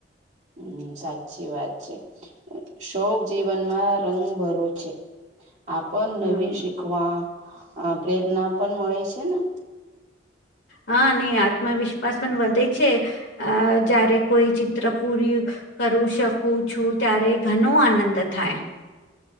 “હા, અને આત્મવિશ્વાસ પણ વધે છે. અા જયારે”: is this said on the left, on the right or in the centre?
Left